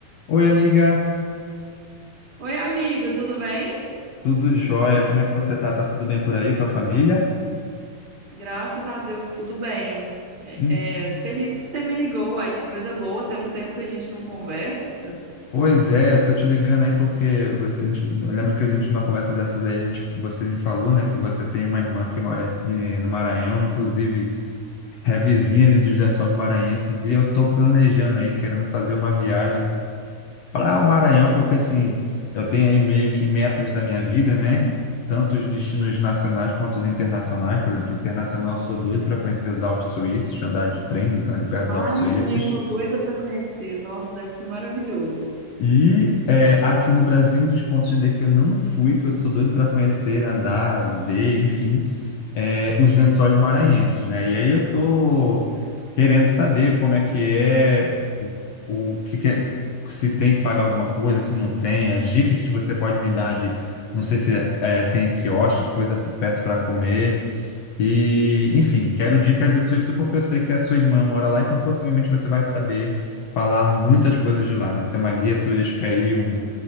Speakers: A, on the left; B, on the right.
A: Oi, amiga,
B: Oi, amigo, tudo bem?
A: tudo jóia? Como é que você tá? Tá tudo bem por aí com a família?
B: Graças a Deus, tudo bem.
A: Hum,
B: É, é, feliz que você me ligou. Ai, que coisa boa. Tem um tempo que a gente não conversa.
A: Pois é, eu tô te ligando aí porque você, a gente, eu lembro que a gente, numa conversa dessas aí, a gente, você me falou, né, que você tem uma irmã que mora eh, no Maranhão, inclusive é vizinha ali dos Lençóis Maranhenses, e eu tô planejando aí, querendo fazer uma viagem para o Maranhão, porque assim, eu tenho aí meio que metas da minha vida, né? Tanto os destinos nacionais quanto os internacionais. Por exemplo, internacional, eu sou doido para conhecer os Alpes Suíços, andar de trens ali perto dos
B: Ai,
A: Alpes Suíços.
B: também sou doida pra conhecer. Nossa, deve ser maravilhoso.
A: E é, aqui no Brasil, um dos pontos ainda que eu não fui, que eu sou doido para conhecer, andar, ver, enfim, é, os Lençóis Maranhenses, né? E aí eu tô querendo saber como é que é, o, o que que é, se tem que pagar alguma coisa, se não tem, as dicas que você pode me dar de, não sei se é, tem quiosque, coisa por perto para comer. E, enfim, quero dicas sobre isso porque eu sei que a sua irmã mora lá, então possivelmente você vai saber falar muitas coisas de lá, né? Ser uma guia turística aí, um,